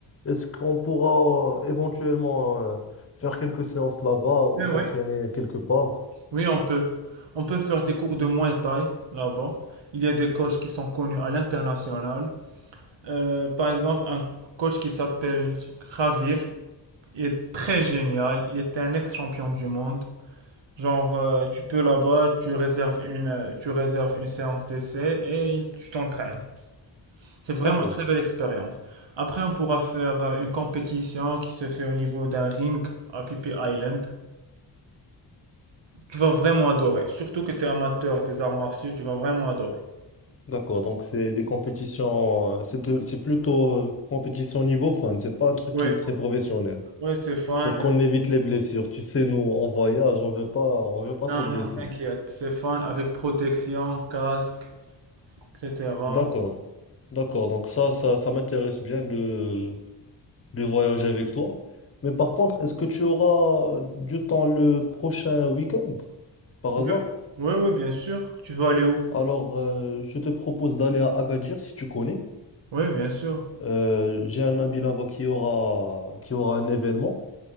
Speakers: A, on the left; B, on the right.
A: est-ce qu'on pourra éventuellement euh, faire quelques séances là-bas ou
B: Oui,
A: s'entraîner
B: oui.
A: quelque part?
B: Oui, on peut. On peut faire des cours de Muay Thai là-bas. Il y a des coachs qui sont connus à l'international. Euh, par exemple, un coach qui s'appelle Khavir. Il est très génial. Il était un ex-champion du monde. Genre, euh, tu peux là-bas, tu réserves une, euh, tu réserves une séance d'essai et tu t'entraînes. C'est vraiment
A: D'accord,
B: une très belle expérience. Après, on pourra faire euh, une compétition qui se fait au niveau d'un ring à Pipi Island. Tu vas vraiment adorer. Surtout que tu es amateur des arts martiaux, tu vas vraiment adorer.
A: d'accord. Donc c'est des compétitions, euh, c'est de- c'est plutôt euh, compétition niveau fun, c'est pas un truc
B: Oui,
A: qui est très professionnel.
B: oui, c'est fun.
A: Pour qu'on
B: Et-
A: évite les blessures, tu sais, nous, en voyage, on veut pas, on veut pas
B: Non,
A: se blesser.
B: non, t'inquiète. C'est fun avec protection, casque, etc.
A: D'accord. D'accord. Donc ça, ça, ça m'intéresse bien de, de voyager avec toi. Mais par contre, est-ce que tu auras du temps le prochain week-end, par
B: Oui,
A: hasard?
B: oui, oui, bien sûr. Tu veux aller où?
A: Alors, euh, je te propose d'aller à Agadir si tu connais.
B: Oui, bien sûr.
A: Euh, j'ai un ami là-bas qui aura, qui aura un événement.